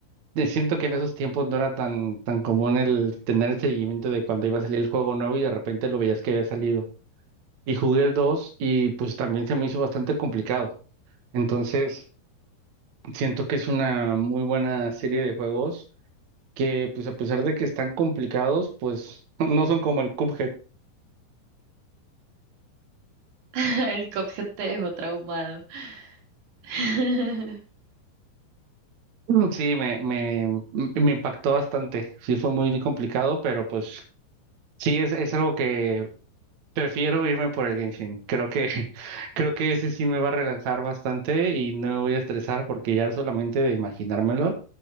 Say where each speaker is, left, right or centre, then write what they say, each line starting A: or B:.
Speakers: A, on the right; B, on the right.
A: Eh, Siento que en esos tiempos no era tan, tan común el tener el seguimiento de cuando iba a salir el juego nuevo y de repente lo veías que había salido. Y jugué el 2 y pues también se me hizo bastante complicado. Entonces, siento que es una muy buena serie de juegos que pues a pesar de que están complicados, pues <laughs> no son como el Cuphead.
B: <laughs> El Cuphead te dejó traumado. <laughs>
A: Mm, Sí, me, me, me impactó bastante. Sí, fue muy complicado, pero pues sí, es, es algo que Prefiero irme por el Genshin. Creo que, <laughs> creo que ese sí me va a relajar bastante y no me voy a estresar porque ya solamente de imaginármelo